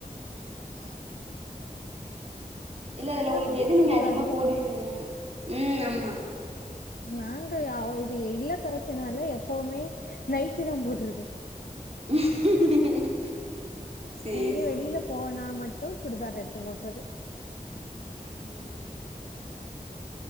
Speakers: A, on the left (about 75°); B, on the right (about 45°).
A: அ ஆமா
B: இல்ல
A: அதுல
B: உங்களுக்கு
A: வந்து
B: எது
A: சுடுதாரு
B: நீங்க அதிகமா போடுவீங்க ம் ஆமா
A: நாங்கயா இது இல்லத்தரசினால எப்பயுமே நைட்டிதா போட்றது
B: <unintelligible> சேரி
A: எங்கயு
B: சேரி
A: வெளில போனா மட்டு சுடுதார் எடுத்து போட்றது
B: ம்